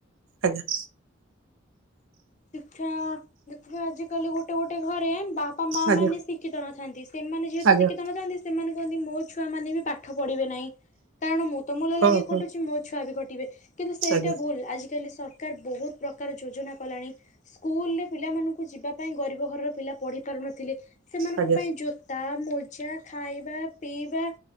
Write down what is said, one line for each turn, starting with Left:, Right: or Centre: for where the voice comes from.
Right: ଆଜ୍ଞା।
Left: ଶିକ୍ଷା। ଦେଖିବେ ଆଜିକାଲି ଗୋଟେ, ଗୋଟେ ଘରେ ବାପା ବାପା ମା
Right: ଆଜ୍ଞା
Left: ମାନେ, ଶିକ୍ଷିତ ନଥାନ୍ତି। ସେମାନେ ଯେହେତୁ
Right: ଆଜ୍ଞା
Left: ଶିକ୍ଷିତ ନଥାନ୍ତି ସେମାନେ କୁହନ୍ତି। ମୋ ଛୁଆ ମାନେ ବି ପାଠ ପଢିବେ ନାହିଁ। କାରଣ ମୁଁ ତ ମୂଲ
Right: ହଁ
Left: ଲାଗି
Right: ହଁ
Left: ଖଟୁଛି। ମୋ ଛୁଆ ବି ଖ ଟିବେ, କିନ୍ତୁ ସେଇଟା
Right: ଆଜ୍ଞା
Left: ଭୁଲ, ଆଜିକାଲି ସରକାର ବହୁତ ପ୍ରକାର ଯୋଜନା କଲାଣି। ସ୍କୁଲରେ, ପିଲା ମାନଙ୍କୁ ଯିବା ପାଇଁ, ଗରିବ ଘରର ପିଲା ପଢି ପାରୁନଥିଲେ। ସେମାନଙ୍କ
Right: ଆଜ୍ଞା
Left: ପାଇଁ, ଜୋତା, ମଜା, ଖାଇବା ପିଇବା-